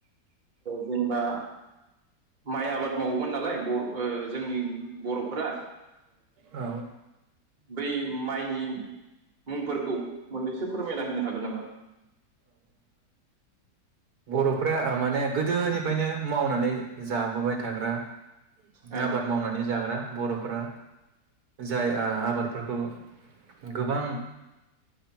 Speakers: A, on the right; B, on the right.
A: जेनेबा माइ आबाद मावोमोन नालाय बर' जोंनि बर'फोरा
B: औ
A: बै माइनि मुंफोरखौ मोननैसो फोरमायना होनो हागोन नामा
B: बरथ'फ्रा माने गोदोनिफ्रायनो मावनानै जाबोबाय थाग्रा
A: ओ
B: आबाद मावनानै जाग्रा बर'फोरा जाय आबादफोरखौ गोबां